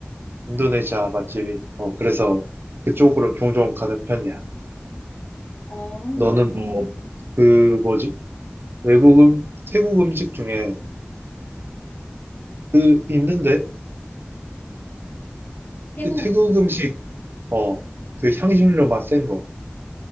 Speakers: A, on the right; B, on the left.
A: 인도네시아 맛집이. 어, 그래서 그쪽으로 종종 가는 편이야.
B: 아,
A: 너는 뭐, 그 뭐지? 외국 음, 태국 음식 중에 그- 있는데
B: 태국,
A: 이 태국
B: 음-
A: 음식 어 그 향신료 맛 센 거.